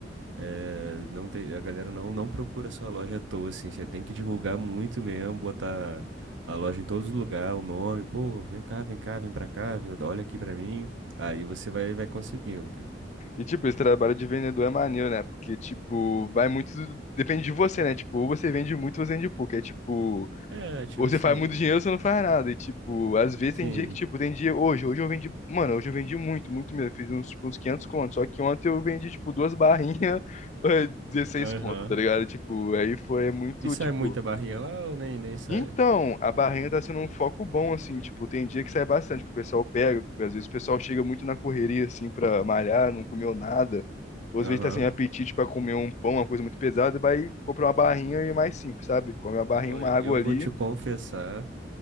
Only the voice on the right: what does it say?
É, não tem, a galera não, não procura sua loja à toa, assim. Você tem que divulgar muito mesmo, botar a loja em todos os lugares, o nome. Pô, vem cá, vem cá, vem pra cá, viu? olha aqui pra mim. Aí você vai, vai conseguindo, cara.
É, tipo
assim.
Sim.
Aham.
E sai
muita barrinha lá ou nem, nem sai?
Aham.
Pô,
eu vou
te confessar